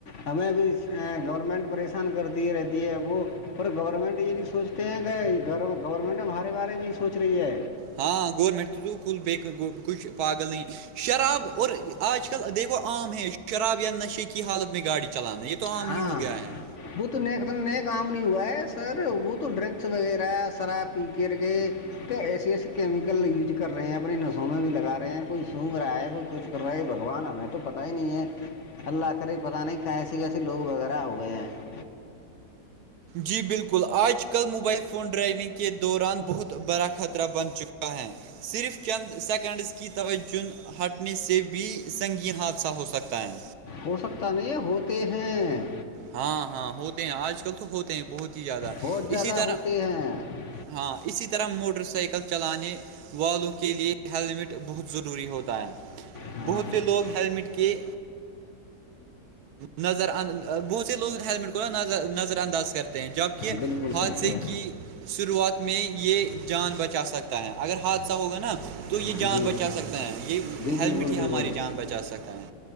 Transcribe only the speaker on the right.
ہاں گورنمنٹ تول ب کچھ پاگل نہیں ہے شراب اور آج کل دیکھو عام ہے شراب یا نشے کی حالت میں گاڑی چلانا یہ تو عام
ہی ہو گیا ہے
جی بالکل آج کل موبائل فون ڈرائیونگ کے دوران بہت بڑا خطرہ بن چکا ہے صرف چند سیکنڈز کی تووجن ہٹنے سے بھی سنگین حادثہ ہو سکتا ہے
ہاں ہاں ہوتے ہیں آج کل تو ہوتے ہیں بہت ہی زیادہ
اسی طرح
ہاں اسی طرح موٹر سائیکل چلانے والوں کے لیے ہیلمٹ بہت ضروری ہوتا ہے
بہت سے لوگ ہیللمٹ کے نظر اند بہت سے لوگ ہیلمٹ کو ن نظر انداز کرتے ہیں جب کہہ
حادثے
کی شروعات میں یہ جان بچا سکتا ہے اگر حادثہ ہوگا نا تو یہ
جان
بچا سکتے ہیں یہ
ہیلمٹ ہی ہماری
جان بچا سکتا ہیں